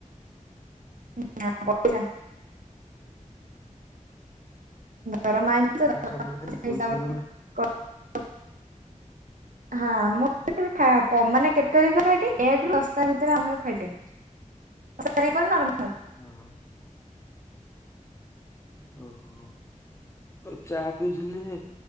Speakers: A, on the right; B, on the left.
A: <inaudible> ଦରମା ଆଇଚି
B: ଦେଖିଲା
A: ତ
B: ସବୁବେଳେ ଖାଲି
A: ସେଇ
B: ପଇସା
A: ହିସାବରେ
B: ଯୋଗୁ
A: <inaudible>
B: <inaudible>
A: <inaudible> <unintelligible>
B: ଓ ହୋ। ଓଃ ହୋ ଚାହା ପିଉଥିଲି ଯେ